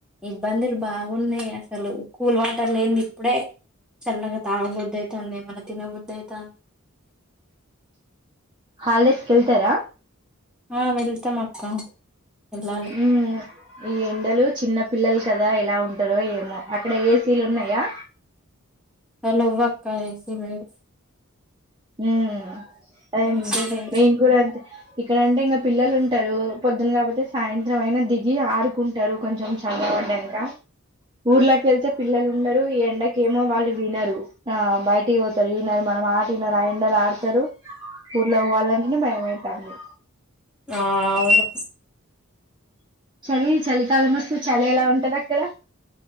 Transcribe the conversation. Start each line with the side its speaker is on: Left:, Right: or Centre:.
Centre: ఇబ్బందులు బాగున్నాయి అసలు కూల్ వాటర్ లేంది ఇప్పుడే చల్లగా తాగుబుద్దయితాంది మన తినబుద్ దేదాను
Right: హాలిడేస్ కెళ్తారా
Centre: ఆ వెళ్తాం అక్క వెళ్ళాలి
Right: ఉ ఈ ఎండలు చిన్న పిల్లలు కదా ఎలా ఉంటారో ఏమో అక్కడ ఏసీలు ఉన్నాయా
Centre: హలో వక్క ఏసీలు లేవు
Right: ఉ అదే
Centre: ఏసీ లేదు
Right: మేం కూడా అంతే ఇక్కడ అంటే ఇంకా పిల్లలు ఉంటారు పొద్దున కాపోతే సాయంత్రం అయినా దిగి ఆడుకుంటారు కొంచెం చల్లబడ్డంక ఊర్లకి వెళ్తే పిల్లలు ఉండరు ఈ ఎండకి ఏమో వాళ్ళు వినరు బయటకి పోతారు వినరు మనమా వినరు ఆ ఎండలో ఆడతారు ఊర్లకు పోవాలన్నా భయం అయితాంది
Centre: ఆ అవును
Right: చలి చలికాలం వస్తు చలి ఎలా ఉంటది అక్కడ